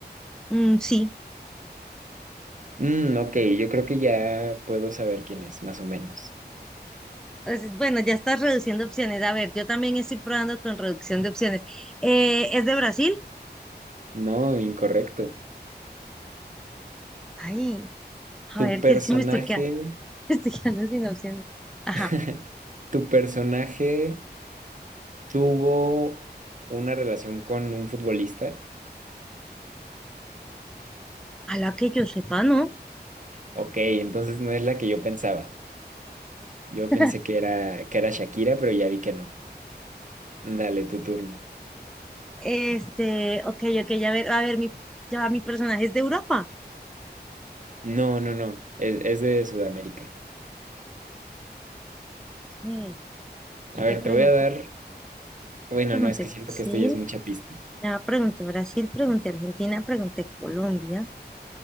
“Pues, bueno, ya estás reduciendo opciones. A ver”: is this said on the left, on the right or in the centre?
Centre